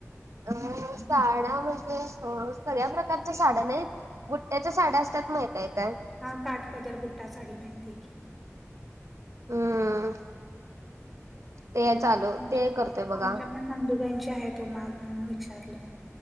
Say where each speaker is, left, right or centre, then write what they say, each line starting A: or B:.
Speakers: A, on the right; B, in the centre.
A: अ साड्या म्हणजे, सगळ्या प्रकारच्या साड्या नाहीत. बुट्ट्याच्या साड्या असतात माहितय काय?
B: हा काटपदर बुट्टा साडी माहिती आहे की
A: हम्म. ते चालू,
B: आमच्या
A: ते करतोय बघा.
B: आमच्या पण नंदुबाईची आहे, तो माघ म्हणून विचारलं.